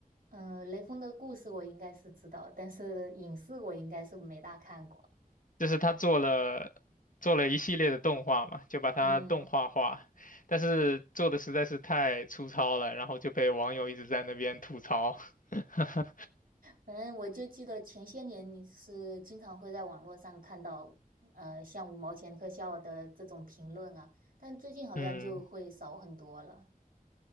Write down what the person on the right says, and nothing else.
嗯，雷锋的故事我应该是知道，但是影视我应该是没大看过。
嗯，
反正我就记得前些年你是经常会在网络上看到，呃，像五毛钱特效的这种评论啊，但最近好像就会少很多了。